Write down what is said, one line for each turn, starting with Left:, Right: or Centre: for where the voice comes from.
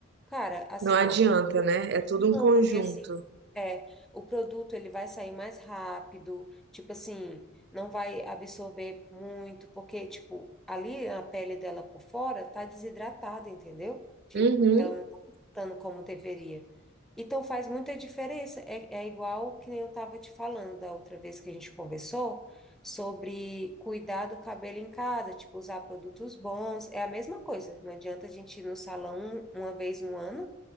Centre: cara, assim,
Right: Não adianta,
Centre: ó.
Right: né? É tudo
Centre: Não,
Right: um conjunto.
Centre: porque assim, é, o produto ele vai sair mais rápido, tipo assim, não vai absorver muito, porque tipo, ali a pele dela por fora tá desidratada, entendeu? Tipo,
Right: Uhum.
Centre: ela não tá hidratando como deveria. Então faz muita diferença. É, é igual que nem eu tava te falando da outra vez que a gente conversou sobre cuidar do cabelo em casa, tipo, usar produtos bons. É a mesma coisa. Não adianta a gente ir no salão uma vez no ano